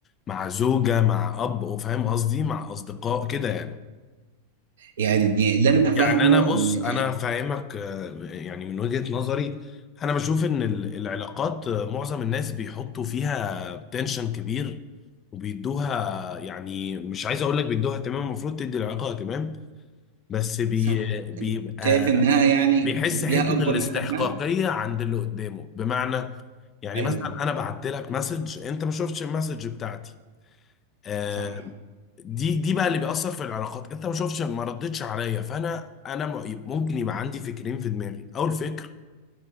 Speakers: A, on the left (about 25°); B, on the right (about 60°).
A: مع زوجة مع اب فاهم قصدي مع اصدقاء كده يعني
B: يعني اللي انا
A: يعني
B: فاهمه
A: انا بص
B: ان
A: انا فاهمك آه، يعني من وجهة نظري انا بشوف ان ال- العلاقات آه، معظم الناس بيحطوا فيها تنشن كبير وبيدوها يعني مش عايز اقول لك بيدوها اهتمام المفروض تدي العلاقة اهتمام بس بي
B: صح
A: بيبقى
B: شايف انها يعني
A: بيحس
B: بتديها
A: حتة الاستحقاقية
B: اكبر من حجمها
A: عند اللي قدامه بمعنى يعني
B: ايوه
A: مثلا انا بعت لك مسج انت ما شفتش المسج بتاعتي آه،
B: صح
A: دي دي بقى اللي بيأثر في العلاقات انت ما شفتش ما ردتش عليا فانا انا م- ممكن يبقى عندي فكرين في دماغي اول فكر